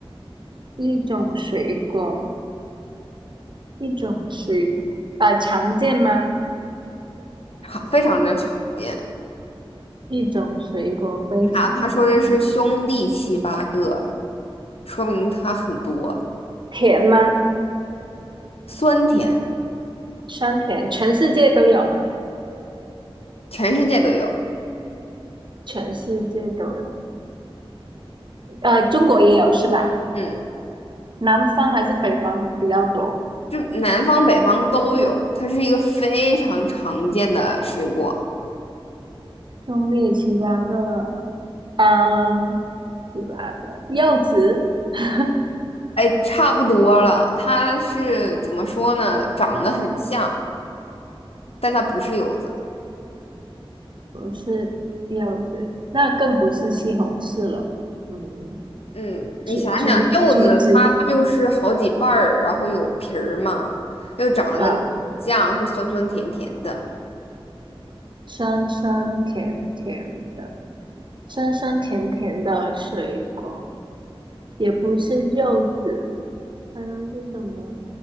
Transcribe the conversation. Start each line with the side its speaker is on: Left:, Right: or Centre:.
Right: 一种水果，一种水果，啊、常见吗？
Left: 常非常的常见。
Right: 一种水果非常的常见
Left: 你看啊，他说的是兄弟七八个，说明它很多，
Right: 甜吗？
Left: 酸甜，
Right: 酸甜，全世界都有吗？
Left: 全世界都有。
Right: 全世界都有，呃，中国也有是吧？
Left: 嗯。
Right: 南方还是北方比较多？
Left: 就南方北方都有，它是一个非常常见的水果。
Right: 中立七八个，啊，七八个柚子，<laughs>
Left: 哎，差不多了，它是怎么说呢？长得很像，
Right: 哎呀，
Left: 但它不是柚子。
Right: 不是柚子，那更不是西红柿了，嗯，
Left: 嗯，
Right: 橘橘橘子
Left: 你想想，柚子它不就是好几瓣儿，然后有皮儿嘛，又长得跟很像，
Right: 啊，
Left: 是酸酸甜甜的。
Right: 酸酸甜甜的，酸酸甜甜的水果，也不是柚子，还能是什么？